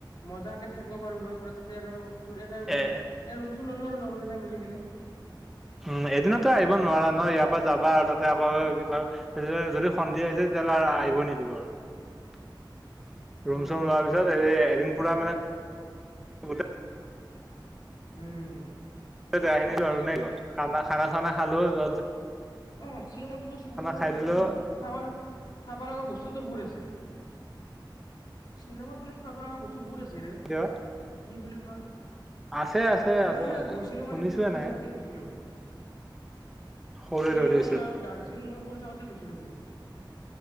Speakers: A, on the left; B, in the centre.
A: মজাকে থাকিব বাৰ হৈ প তাতে আৰু তোৰ এটা মানে
B: এ
A: এ ৰুম চো ললো আৰু লগৰকেইটা মিলি কিনে
B: উম এদিনতো আহিব নোৱাৰা ন ইয়াৰ পৰা যাবা আৰু তাতে আকৌ কিবা যদি সন্ধিয়া আহছে তেতিয়াহ'লে আহিব নিদিব আৰু ৰুম
A: উম
B: চুম লোৱাৰ পিছত হেই দিন পুৰা মানে গোটেই
A: উম।
B: <unintelligible>
A: তাকে
B: খানা। খানা চানা খালো য
A: অঁ শ্বিলংতটোটো চাব লগা
B: খাই
A: বস্তু
B: দিলো
A: তোৰ বহুত চাব লগা চাব লগা বস্তু তোৰ বহুত আছে, শ্বিলঙত বোলে চাব লগা বস বহুত আছে ৰে।
B: কিবা
A: কি বুলি কোৱা
B: আছে আছে
A: শ্বিলং
B: আছে
A: মই গৈছিলো
B: শুনিছোয়ে
A: মানে বুত সৰু
B: নাই
A: থাকোতে গৈছিলোঁ।
B: সৰুৱে
A: শ্বিলং
B: থৈ দিছিল
A: আৰু দাৰ্জিলিং মই সৰু থাকোতে গৈছিলো বহু <inaudible>